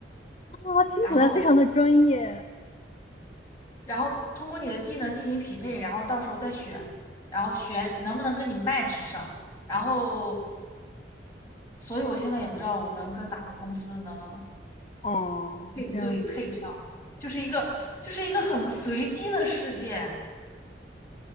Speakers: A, on the left; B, on the left.
A: 啊，听起来非常的专业。
B: 然后，然后通过你的技能进行匹配，然后到时候再选，然后选能不能跟你 match 上。然后所以我现在也不知道我能跟哪个公司能
A: 哦，
B: 配对配上，
A: 这样
B: 就是一个就是一个很随机的事件。